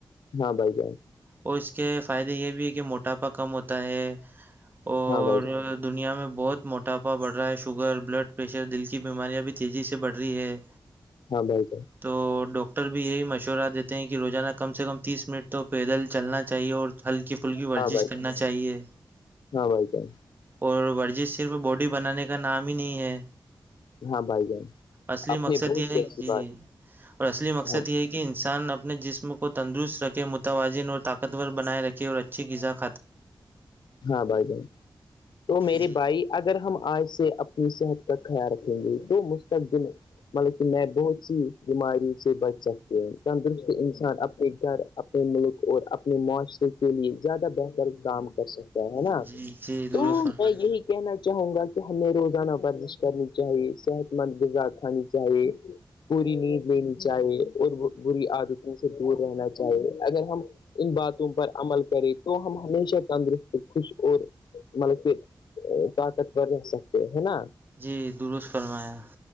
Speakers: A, on the left (about 85°); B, on the right (about 25°).
A: ہاں بھائی جان
B: اور اس کے فائدے یہ بھی ہے کہ موٹاپا کم ہوتا ہے
A: <unintelligible>
B: اور
A: بھائی جان
B: دنیا میں بہت موٹاپا بڑھ رہا ہے شوگر بلڈ پریشر دل کی بیماریاں بھی تیزی سے بڑھ رہی ہے
A: ہاں بھائی جان
B: تو ڈاکٹر بھی یہی مشورہ دیتے ہیں کہ روزانہ کم سے کم تیس منٹ تو پیدل چلنا چاہیے اور ہلکی پھلکی ورزش
A: ہاں بھائی
B: کرنا
A: ج
B: چاہیے
A: ہاں بھائی جائی
B: اور ورزش صرف باڈی بنانے کا نام ہی نہیں ہے
A: ہاں بھائی جان
B: اصلی
A: آپ
B: مقصد
A: نے بہت
B: یہ ہے
A: ہی اچھی
B: جی
A: بات
B: اور اصلی مقصد
A: ہاں
B: یہ ہے کہ کہ انسان اپنے جسم کو تندرست رکھے متوازن اور طاقتور بنائے رکھے اور اچھی غذا کو
A: ہاں بھائی جن تو میری
B: جی
A: بھائی اگر ہم آج سے اپنی صحت کا خیال رکھیں گے تو مستقبل مطلب کہ میں بہت سی بیماریوں سے بچ سکتی ہوں تندرست انسان اپنے گھر اپنے ملک اور اپنے معاشرے کے لیے زیادہ بہتر کام کر سکتا ہے ہے نا
B: جی جی درست
A: تو
B: فرمایا
A: میں یہی کہنا چاہوں گا کہ ہمیں روزانہ ورزش کرنی چاہیے صحت مند غذا کھانی چاہیے پوری نیند لینی چاہیے اور بری آدتیوں سے دور رہنا چاہیے اگر ہم ان باتوں پر عمل کریں تو ہم ہمیشہ تندرست خوش اور مل طاقتور رہ سکتے ہے نا
B: جی درست فرمایا